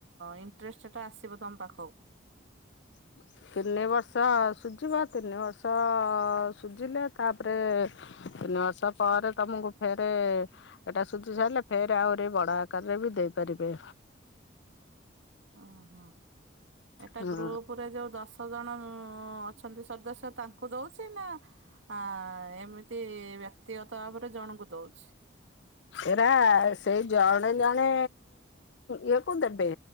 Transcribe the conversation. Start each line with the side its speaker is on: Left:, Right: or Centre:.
Right: ଇଣ୍ଟରେଷ୍ଟଟା ଆସିବ ତମ୍ ପାଖକୁ।
Left: <inaudible> ତିନି ବର୍ଷ ସୁଜିବ ତିନି ବର୍ଷ ସୁଜିଲେ ତାପରେ। ତିନି ବର୍ଷ ପରେ ତମୁକୁ ଫେରେ। ଏଟା ସୁଜି ସାରିଲେ ଫେରେ ଆହୁରି ବଡ ଆକାରରେ ବି ଦେଇପାରିବେ।
Right: ଓହୋ। ଏଟା
Left: ହୁଁ
Right: ଗ୍ରୁପୁରେ ଯୋଉ ଦଶ ଜଣ ଅଛନ୍ତି ସଦସ୍ୟ ତାଙ୍କୁ ଦଉଛି। କି ନା ଆ ଏମିତି ବ୍ୟକ୍ତିଗତ ଭାବରେ ଜଣଙ୍କୁ ଦଉଛି।
Left: ଏରା ସେଇ ଜଣେ ଜଣେ ଇଏ କୁ ଦେବେ।